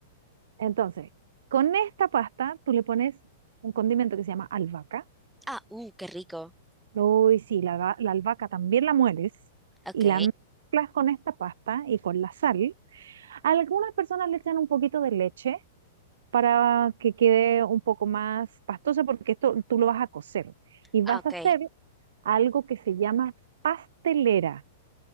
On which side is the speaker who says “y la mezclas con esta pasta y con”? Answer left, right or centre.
Right